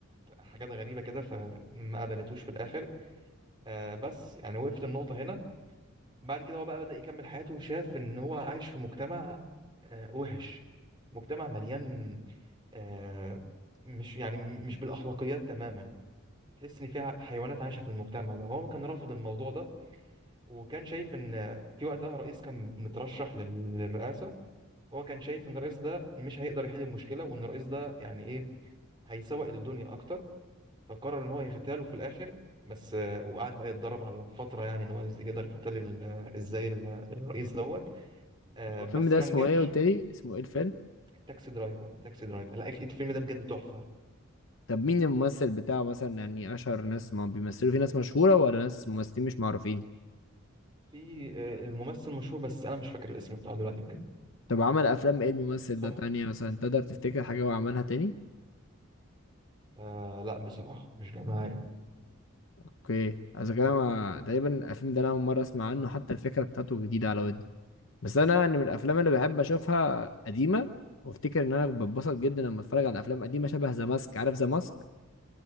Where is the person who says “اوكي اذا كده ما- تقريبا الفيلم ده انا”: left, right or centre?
Left